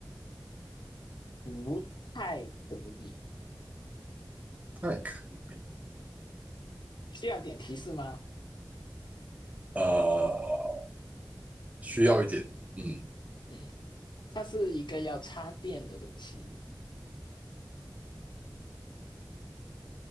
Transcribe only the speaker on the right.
太可以。
呃，需要一点，嗯，